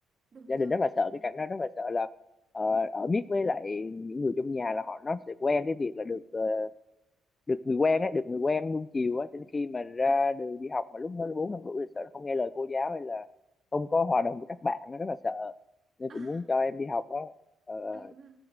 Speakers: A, on the right; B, on the left.
A: đúng
B: gia
A: rồi
B: đình rất là sợ
A: ừ.
B: cái cảnh đó rất là sợ là ờ, ở miết với lại những người trong nhà là họ nó sẽ quen cái việc là được ờ, được người quen á được người quen nuông chiều á cho nên khi mà ra đường đi học mà lúc nó bốn năm tuổi thì sợ nó không nghe lời cô giáo hay là không có hòa đồng với các bạn nó rất là sợ nên
A: à
B: cũng muốn cho em đi học đó Ờ,
A: đúng
B: ờ,
A: rồi